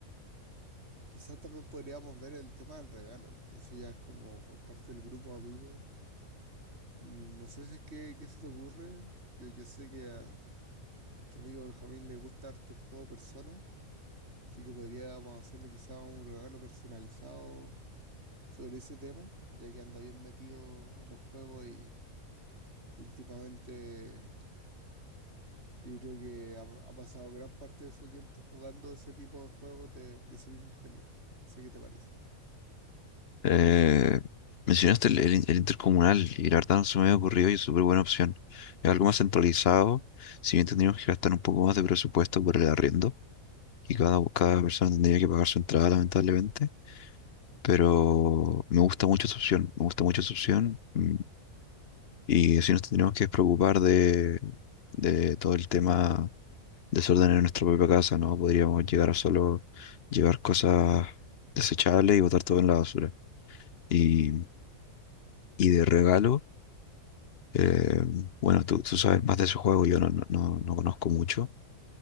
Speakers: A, on the right; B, on the left.
A: Quizás también podríamos ver el tema del regalo, eso ya es como por parte del grupo de amigos. Mm, No sé si qué, qué se te ocurre, yo, yo sé que a nuestro amigo Benjamín le gusta harto el juego Persona. Así que podríamos hacerle quizá un regalo personalizado sobre ese tema, ya que anda bien metido en los juegos y, y últimamente yo creo que ha, ha pasado gran parte de su tiempo jugando ese tipo de juegos de, de ese mismo género. No sé qué te parece.
B: Eh, mencionaste el, el- el intercomunal y la verdad no se me había ocurrido y es súper buena opción. Es algo más centralizado, si bien tendríamos que gastar un poco más de presupuesto por el arriendo y cada, cada persona tendría que pagar su entrada, lamentablemente. Pero me gusta mucho esa opción, me gusta mucho esa opción. mm, Y así nos tendríamos que preocupar de, de todo el tema desorden en nuestra propia casa, ¿no? Podríamos llegar a solo llevar cosas desechables y botar todo en la basura. Y, y de regalo, eh, bueno, tú, tú sabes más de ese juego, yo no, no, no, no conozco mucho,